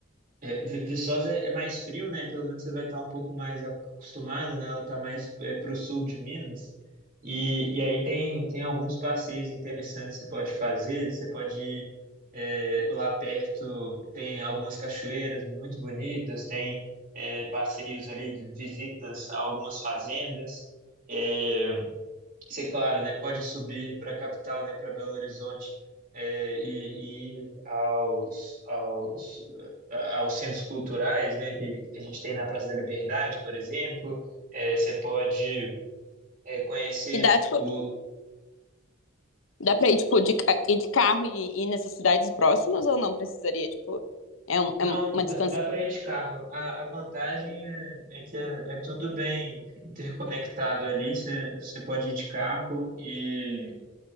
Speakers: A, on the right; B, on the left.
A: É, Vi- Viçosa é é mais frio, né? Pelo menos você vai estar um pouco mais ac- acostumado, né? Ela está mais é, para o sul de Minas. E, e aí tem, tem alguns passeios interessantes que você pode fazer. Você pode ir é, lá perto, tem algumas cachoeiras muito bonitas, tem é, passeios ali de visitas a algumas fazendas. É, isso é claro, né? Pode subir para a capital, né? Para Belo Horizonte é, e, e ir aos, aos, a- aos centros culturais, né? Que que a gente tem na Praça da Liberdade, por exemplo. É, você pode é, conhecer
B: E dá, tipo,
A: o.
B: dá pra ir, tipo, de, ca- ir de carro e ir nessas cidades próximas ou não precisaria, tipo, é, um,
A: Não,
B: é uma
A: dá,
B: distância
A: dá para ir de carro. A, a vantagem é, é que é, é tudo bem interconectado ali. Você, você pode ir de carro e